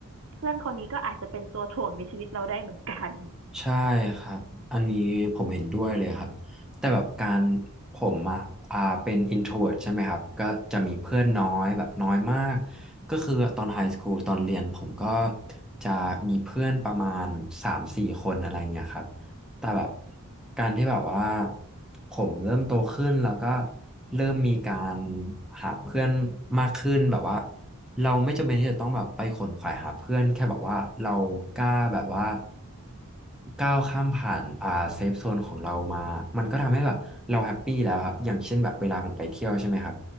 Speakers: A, on the right (about 65°); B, in the centre.
A: เพื่อนคนนี้ก็อาจจะเป็นตัวถ่วงในชีวิตเราได้เหมือนกัน
B: ใช่ครับ อันนี้ผมเห็นด้วยเลยครับ แต่แบบการผมอ่ะอ่าเป็น introvert ใช่ไหมครับ ก็จะมีเพื่อนน้อยแบบน้อยมาก ก็คือตอนไฮสคูลตอนเรียนผมก็จะมีเพื่อนประมาณสามสี่คนอะไรอย่างเงี้ยครับ แต่แบบการที่แบบว่าผมเริ่มโตขึ้นแล้วก็เริ่มมีการหาเพื่อนมากขึ้นแบบว่า เราไม่จำเป็นที่จะต้องแบบไปขนขวายหาเพื่อนแค่แบบว่าเรากล้าแบบว่าก้าวข้ามผ่านอ่าเซฟโซนของเรามามันก็ทำให้แบบเราแฮปปี้แล้วครับอย่างเช่นแบบเวลาผมไปเที่ยวใช่ไหมครับ